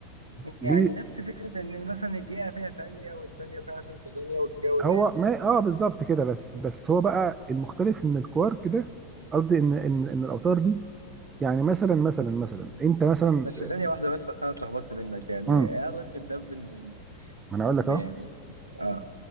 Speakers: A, on the right; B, on the right.
A: ليه
B: يعني نفس فكره ان مثلا الدقيقه فيها ثانيه والثانيه فيها فنتو ثانيه والجو
A: هو
B: ده يعني
A: ما اه بالظبط كده بس بس هو بقى المختلف ان الكوارك ده قصدي ان ان ان الاوتار دي يعني مثلا مثلا مثلا انت مثلا
B: بس ثانيه واحده بس عشان اتلخبطت منك يعني
A: امم
B: ايه علاقه ده بان
A: ما انا اقول لك
B: يعني
A: اهو
B: اه